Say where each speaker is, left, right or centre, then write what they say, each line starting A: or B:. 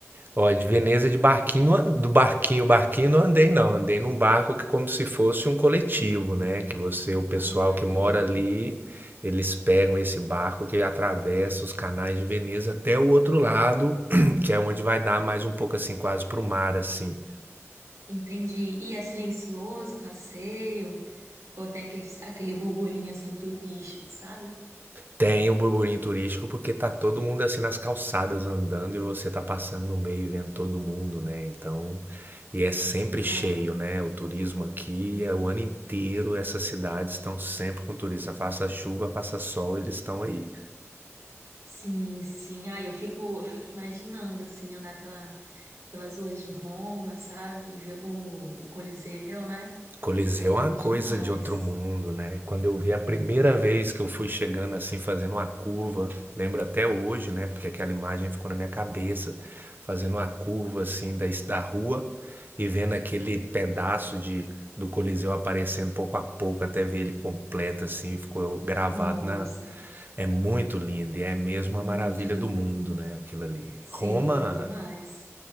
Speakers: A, on the right; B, on the right.
A: ó, de Veneza de barquinho, não an- do barquinho, barquinho não andei não, andei num barco que como se fosse um coletivo, né? Que você, o pessoal
B: Ah,
A: que
B: entendi.
A: mora ali, eles pegam esse barco que atravessa os canais de Veneza até o outro lado, <clears throat> que é onde vai dar mais um pouco assim, quase pro mar assim.
B: Entendi. E é silencioso o passeio? Ou tem aquele, aquele burburinho assim turístico, sabe?
A: Tem o burburinho turístico porque tá todo mundo assim nas calçadas andando e você tá passando no meio e vendo todo mundo, né? Então, e é sempre
B: Sim,
A: cheio,
B: não, mas
A: né? O turismo aqui é o ano inteiro, essas cidades estão sempre com turista, faça chuva, faça sol, eles estão aí.
B: sim, sim. Ah, eu fico, eu fico imaginando assim andar pela, pelas ruas de Roma, sabe? E Ver o, o Coliseu, né?
A: Coliseu
B: É lindo
A: é uma coisa
B: demais.
A: de outro mundo, né? Quando eu vi a primeira vez que eu fui chegando assim, fazendo uma curva, lembro até hoje, né? Porque aquela imagem ficou na minha cabeça, fazendo uma curva assim da, da rua e vendo aquele pedaço de, do Coliseu aparecendo pouco a pouco até ver ele completo assim, ficou gravado
B: Nossa,
A: na. É muito lindo e é mesmo a
B: muito
A: maravilha
B: lindo.
A: do mundo, né? Aquilo ali.
B: Sim,
A: Roma
B: demais.